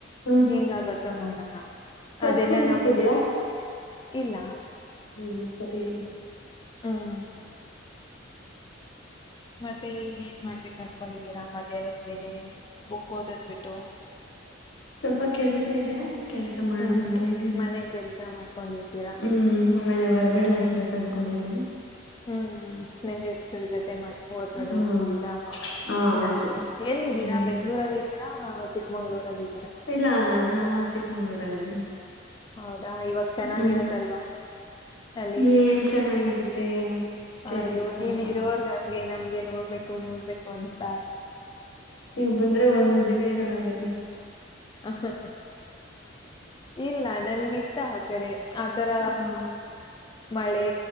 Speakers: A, on the left; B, on the left.
A: ಹ್ಮ್
B: ಹೆಂಗ ಆಗತ್ತೋ ನೋಡೋಣ.
A: ಸತ್
B: ಅದೆಲ್ಲಾ
A: ಕೇಳಿಸ್ತಿದ್ಯಾ
B: ನಮ್ದು ಇಲ್ಲ.
A: ಹ್ಮ್ ಸರಿ
B: ಹ್ಮ
A: <inaudible>
B: ಮತ್ತೆ ಇನ್ನೇನ್ ಮಾಡ್ಬೇಕು ಅನ್ಕೊಂಡಿದ್ದೀರಾ ಮಧ್ಯಾಹ್ನದ್ಮೇಲೆ ಬುಕ್ ಓದದ್ ಬಿಟ್ಟು.
A: <inaudible> ಸ್ವಲ್ಪ ಕೆಲ್ಸ ಇದೆ ಕೆಲ್ಸ ಮಾಡೋಣ
B: ಹ್ಮ್
A: ಅಂತ
B: ಹ್ಮ್
A: ಇದ್ದೀನಿ
B: ಮನೆ ಕೆಲ್ಸ ಮಾಡ್ಕೊಂಡಿರ್ತೀರಾ
A: ಹ್ಮ್ ಆಮೇಲೆ ಹೊರಗಡೆ
B: ಹ್ಮ್
A: ಹೋಗ್ಬೇಕ ಅನ್ಕೊಂಡು ಿ
B: ಹ್ಮ್ ಸ್ನೇಹಿ ಇರ್ತರ ಜೊತೆ ಮನೆ ಹೊರ್ಗಡೆ
A: ಹ್ಮ
B: ಹೋಗ್ತಿದ್ದೀರಾ
A: ಹಾ
B: ಹ್ಮ್
A: ಹೌದು
B: ಎಲ್ಲಿ ಇದ್ದೀರಾ
A: ಹ್ಮ್
B: ಬೆಂ್ಗಳೂರಲ್ಲಿ ಇದೀರಾ ಚಿಕ್ಕಮಂಗಗಳೂರಲ್ಲಿ
A: ಇಲ್ಲ ನಾವು ಚಿಕ್ಮಂಗ್ಳೂರಲ್ಲ ಇದ್ದೀವಿ
B: ಹೌದಾ ಇವಾಗ ಚೆನ್ನಾಗಿರತ್ತಲ್ವಾ
A: ಹ್ಮ್
B: ಅಲ್ಲಿ
A: ಏನ್ ಚೆನ್ನಾಗಿರುತ್ತೆ ಏನು ಚಳಿ
B: ಅ ಅಯ್ಯೋ
A: ಸ್ವಲ್ಪ
B: ನೀವ ಇರೋರ್ಗ ಹಂಗೆ ನಮ್ಗೆ ನೋಡ್ಬೇಕು ನೋಡ್ಬೇಕು ಅಂತ
A: ನೀವು್ ಬಂದ್ರೆ ಒಂದ್ ದಿನ ಇರಲ್ಲ ಬನ್ನಿ
B: ಹ ಇಲ್ಲ ನನ್ಗಿಷ್ಟ ಆ ಕಡೆ ಆತರ
A: ಹ
B: ಮಳೆ